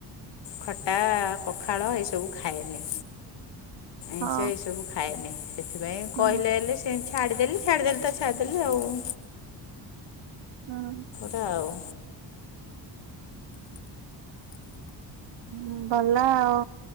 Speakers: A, on the left (about 75°); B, on the right (about 70°).
A: ଖଟା ପଖାଳ ଏଇସବୁ ଖାଏନି
B: ହଁ
A: ଏସବୁ ଖାଏନି। ସେଥିପାଇଁ କହିଲେ
B: ହୁଁ
A: ହେଲେ ସେ ଛାଡିଦେଲି ଛାଡିଦେଲିତ ଛାଡିଦେଲି ଆଉ।
B: ହଁ।
A: ଥାଉ।
B: ହୁଁ ଭଲ ଆଉ।